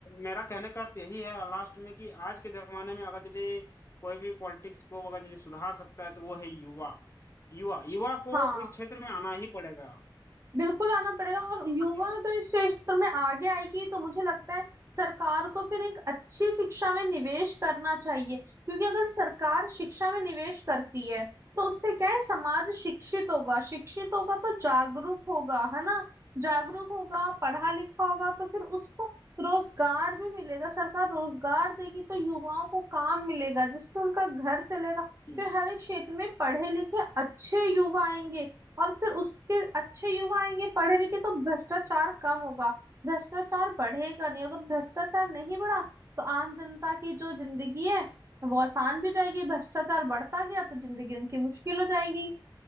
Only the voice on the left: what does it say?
मेरा कहने का अर्थ यही है लास्ट में कि आज के जमाने में अगर यदि कोई भी पॉलिटिक्स को अगर यदि सुधार सकता है तो वो है युवा युवा युवा को
इस क्षेत्र में आना ही पड़ेगा
आपका क्या राय
है?
जी
जी